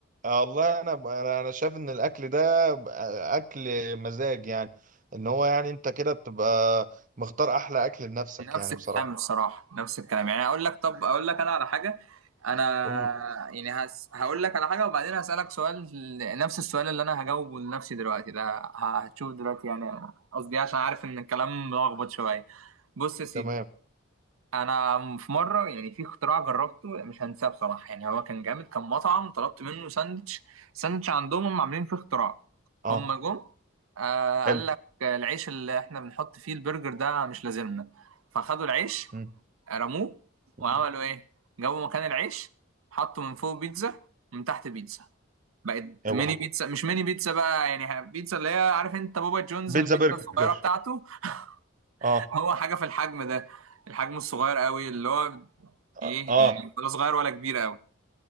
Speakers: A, on the right (about 40°); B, on the right (about 80°).
A: آه، والله انا انا انا شايف ان الاكل ده اكل مزاج يعني ان هو يعني انت كده بتبقى مختار احلى اكل لنفسك
B: نفس
A: يعني
B: الكلام
A: بصراحه
B: الصراحة نفس الكلام يعني أقول لك طب أقول لك أنا على حاجة أنا
A: قول
B: يعني هس... هقول لك على حاجة وبعدين هسألك سؤال نفس السؤال اللي أنا هجاوبه لنفسي دلوقتي ده ه- هتشوف دلوقتي يعني قصدي إيه، عشان عارف إن الكلام ملخبط شوية بص يا سيدي
A: تمام
B: انا في مره يعني في اختراع جربته يعني مش هنساه بصراحه يعني هو كان جامد كان مطعم طلبت منه ساندوتش ساندوتش عندهم هم عاملين فيه اختراع
A: اه
B: هم جم آه
A: حلو
B: قال لك العيش اللي احنا بنحط فيه البرجر ده مش لازمنا فخدوا العيش
A: مم.
B: رموه
A: مم.
B: وعملوا ايه جابوا مكان العيش حطوا من فوق بيتزا ومن تحت بيتزا بقت
A: اوعى
B: ميني بيتزا مش ميني بيتزا بقى يعني بيتزا اللي هي عارف انت بابا جونز
A: بيتزا
B: البيتزا
A: برجر
B: الصغيره بتاعته <laughs>
A: اه
B: هو حاجه في الحجم ده الحجم الصغير قوي اللي هو
A: اه
B: ايه
A: آه.
B: يعني ولا صغير ولا كبير قوي